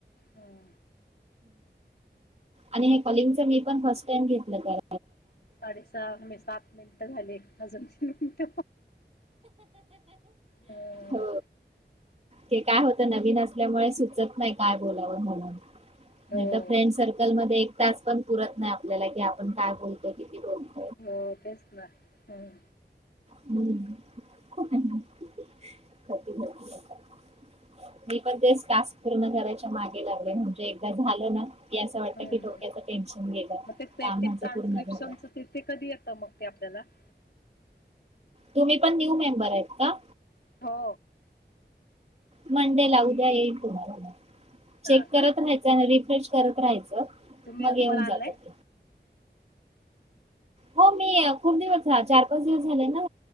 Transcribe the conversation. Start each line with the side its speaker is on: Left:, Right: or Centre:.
Left: हम
Right: आणि हे कॉलिंगच मी पण फर्स्ट टाइम घेतलं तर
Left: साडेसहा सात मिनिटं झाले अजून त मिनट हम
Right: हो ते काय होत नवीन असल्यामुळे सुचत नाही काय बोलावं म्हणून
Left: हो
Right: नाही तर फ्रेंड सर्कल मध्ये एक तास पण पुरत नाही आपल्याला कि आपण काय बोलतो किती बोलतो
Left: हो तेच ना हम्
Right: हम् <inaudible> मी पण तेच टास्क पूर्ण करायच्या मागे लागले म्हणजे एकदा झाल ना की असं वाटतं
Left: हम्म
Right: की डोक्याचं
Left: हम
Right: टेन्शन गेलं
Left: मग ते
Right: कामाचं
Left: ते ट्रान्स्क्रिप्शनच
Right: पूर्ण झालं
Left: तेथ कधी येतं मग ते आपल्या <inaudible>
Right: तुम्ही पण न्यू मेंबर आहेत का
Left: हो
Right: मंडे ला उद्या येईल तुम्हाला चेक
Left: हां
Right: करत
Left: का
Right: राहायचं आणि रिफ्रेश करत राहायचं
Left: तुम्ही
Right: मग येऊन
Left: तुम्हाला
Right: जातात
Left: आलंय
Right: हो मी खूप दिवस चार पाच दिवस झाले ना